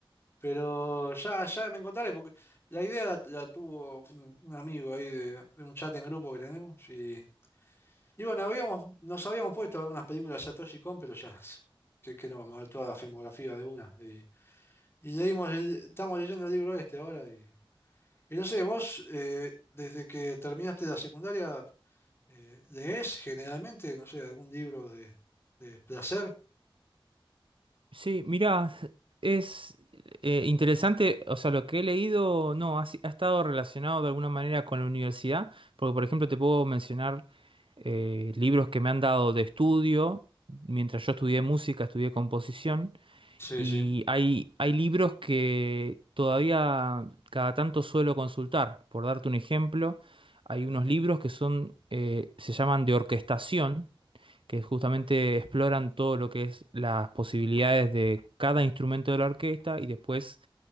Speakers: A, on the left (about 25°); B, on the right (about 70°).
A: Pero ya, ya me encontraré, porque la idea la, la tuvo un, un amigo ahí de, de un chat en grupo que tenemos. Y, y bueno, habíamos, nos habíamos puesto a ver unas películas de Satoshi Kon, pero ya, que, que no vamos a ver toda la filmografía de una. Y, y leímos el- estamos leyendo el libro este ahora y... Y no sé, vos, eh, desde que terminaste la secundaria, eh, ¿lees generalmente, no sé, algún libro de, de placer?
B: Sí, mirá, es eh, interesante, o sea, lo que he leído, no, ha, si- ha estado relacionado de alguna manera con la universidad, porque por ejemplo te puedo mencionar eh, libros que me han dado de estudio, mientras yo estudié música, estudié composición,
A: Sí,
B: Y
A: sí,
B: hay, hay libros que todavía cada tanto suelo consultar. Por darte un ejemplo, hay unos libros que son, eh, se llaman de orquestación, que justamente exploran todo lo que es las posibilidades de cada instrumento de la orquesta y después